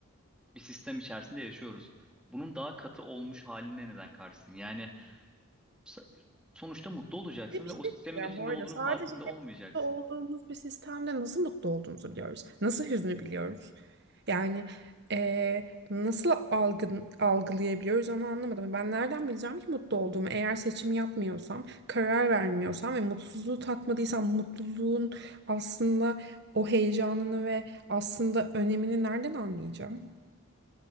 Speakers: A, in the centre; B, on the right.
A: bir sistem içerisinde yaşıyoruz. Bunun daha katı olmuş haline neden karşısın? Yani s- sonuçta mutlu olacaksın
B: Ve bir
A: ve
B: şey
A: o sistemin
B: diyeceğim
A: içinde
B: bu arada
A: olduğunun
B: sadece
A: farkında
B: hep
A: olmayacaksın.
B: mutlu olduğumuz bir sistemde nasıl mutlu olduğumuzu biliyoruz. Nasıl hüznü biliyoruz. Yani eee, nasıl algın, algılayabiliyoruz onu anlamadım. Ben nereden bileceğim ki mutlu olduğumu? Eğer seçim yapmıyorsam, karar vermiyorsam ve mutsuzluğu tatmadıysam mutluluğun aslında o heyecanını ve aslında önemini nereden anlayacağım?